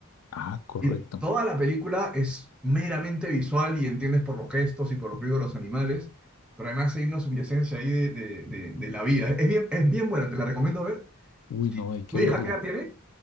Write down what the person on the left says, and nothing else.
Ah, correcto.
Uy, no, hay que
verla.